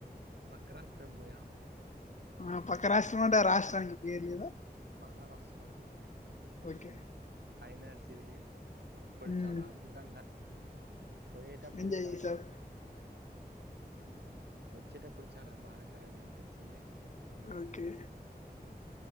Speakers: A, on the right; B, on the left.
A: పక్క రాష్ట్రం పోయాం.
B: ఆ పక్క రాష్ట్రం అంటే ఆ రాష్ట్రానికి పేర్ లేదా.
A: మహారాష్ట్ర
B: ఓకే
A: అయినారు షిరిడీ అప్పుడు
B: ఉమ్
A: చాలా అద్భుతంగా పోయేటప్పుడు
B: ఎంజాయ్
A: చాలా
B: చేసావ్
A: వచ్చేటప్పుడు చాలా బాధాకరంగా అనిపించింది
B: ఓకే